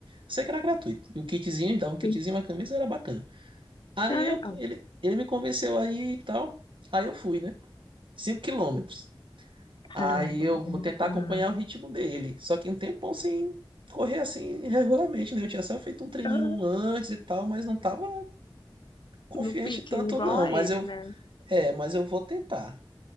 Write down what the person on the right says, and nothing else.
Sei que era gratuito. E o kitzinho, eles davam um kitzinho,
uma camisa, era bacana. Aí
eu, ele, ele me convenceu aí e tal. Aí eu fui, né? cinco quilômetros. Aí
eu vou
tentar
acompanhar
o ritmo dele. Só que um tempão sem correr assim regularmente, né? Eu tinha só feito um treininho
antes e tal, mas não tava confiante
tanto
não.
Mas
eu,
é, mas eu vou tentar.